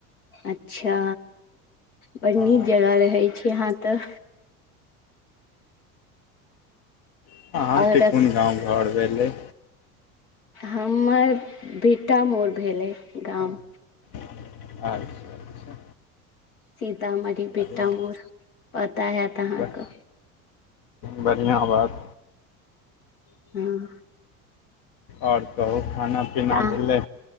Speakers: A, on the left; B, on the left.
A: अच्छा बड़ नीक
B: हँ
A: जगह रहै छी अहाँ तऽ
B: <inaudible> अहाँके
A: और
B: कोन गाव घर भेलै
A: हमर भि्टा मोर भेलै गाम
B: <inaudible> अच्छा अच्छा
A: सीतामढ़ी भिट्टामोर
B: बढ़िआँ
A: पता हयत अहाँके
B: ब- बढ़िआँ <inaudible> बात <inaudible>
A: हँ
B: ओर कहू खाना पीना
A: तऽ अहाँ
B: भेलै